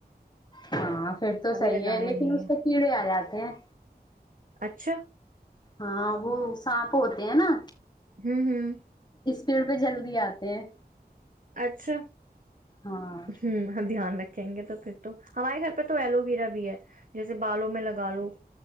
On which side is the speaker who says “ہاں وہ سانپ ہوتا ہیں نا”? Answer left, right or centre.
Left